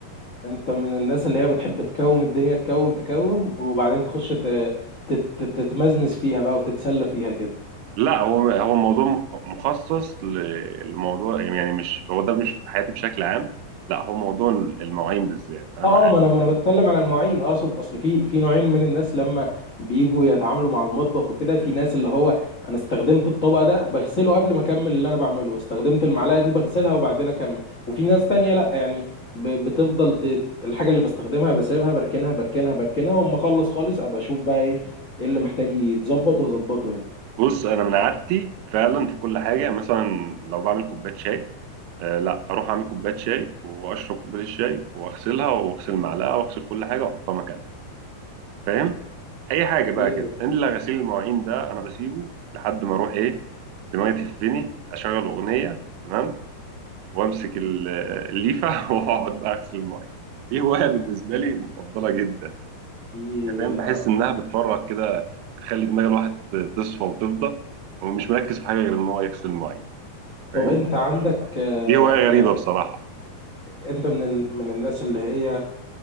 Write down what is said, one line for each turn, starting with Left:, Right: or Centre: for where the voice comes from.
Left: انت من الناس اللي هي بتحب تكوم الدنيا تكوم تكوم وبعدين تخش ت- تت- تت- تتمزمز فيها بقى وتتسلى فيها كده
Right: لا هو هو الموضوع مخصص ل- لموضوع يعني مش هو ده مش في حياتي بشكل عام لا هو موضوع المواعين بالذات انا
Left: اه
Right: بقى
Left: اه ما انا ما انا بتكلم على المواعين اقصد اصل في في نوعين من الناس لما بيجوا يتعاملوا مع المطبخ وكده في ناس اللي هو انا استخدمت الطبق ده بغسله قبل ما اكمل اللي انا بعمله استخدمت المعلقه دي بغسلها وبعدين اكمل وفي ناس تانية لا يعني ب- بتفضل ت... الحاجه اللي بستخدمها بسيبها بركنها بركنها بركنها واما اخلص خالص ابقى اشوف بقى ايه إيه اللي محتاج يتظبط واظبطه يعني
Right: بص انا من عادتي فعلا في كل حاجة مثلا لو بعمل كوباية شاي آه لا اروح اعمل كوبايه شاي واشرب كوبايه الشاي واغسلها واغسل المعلقه واغسل كل حاجه واحطها مكانها فاهم اي حاجه
Left: اوكي
Right: بقى كده الا غسيل المواعين ده انا بسيبه لحد ما اروح ايه دماغي تفني اشغل اغنيه تمام وامسك ال- آه، الليفه <laughs> واقعد بقى اغسل المواعين دي هوايه بالنسبه لي مفضله جدا
Left: في
Right: يعني فاهم بحس
Left: آه،
Right: انها بتفرغ كده بتخلي دماغ الواحد تصفى وتفضى ومش مركز في حاجه غير ان هو يغسل المواعين فاهم
Left: طب انت عندك آه،
Right: دي هوايه
Left: يعني
Right: غريبه بصراحه
Left: انت من ال- من الناس اللي هي